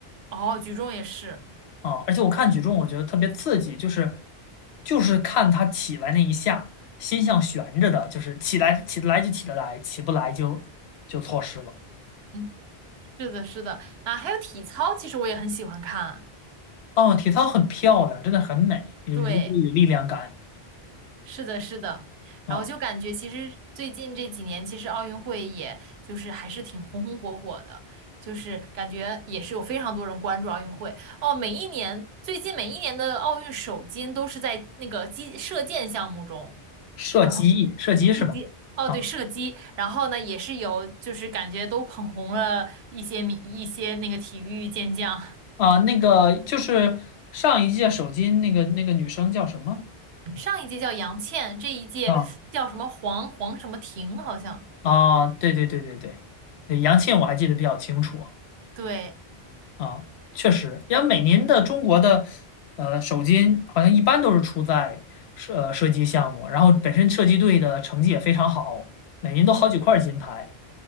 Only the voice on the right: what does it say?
哦，举重也是，
嗯，是的，是的，啊，还有体操，其实我也很喜欢看。
对。是的，是的，然后就感觉其实最近这几年，
其实奥运会也就是还是挺红红火火的，就是感觉也是有非常多人关注奥运会哦。每一年，最近每一年的奥运首金都是在那个击射箭项目中，
然后
射击，哦对，
射击，然后呢也是有就是感觉都捧红了一些米一些那个体育健将，
上一届叫杨倩，这一届叫什么黄黄什么婷好像，
对。